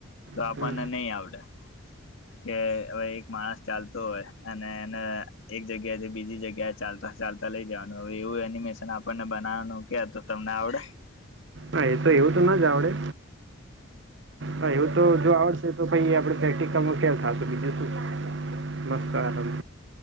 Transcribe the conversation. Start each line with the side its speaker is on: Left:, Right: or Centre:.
Left: તો
Right: હમ
Left: આપણને નહી આવડે કે હવે એક માણસ ચાલતો હોય અને એને એક જગ્યાથી બીજી જગ્યા ચાલતા ચાલતા લઈ જવાનું હવે એવું એનિમેશન આપણને બનાવાનું કે તો તમને આવડે
Right: હા એ તો એવું હતું ના જ આવડે હા એવું તો જો આવડશે તો પહી આપડે પ્રેક્ટીકલ મા ફેલ થશ બીજું નમસ્કારમ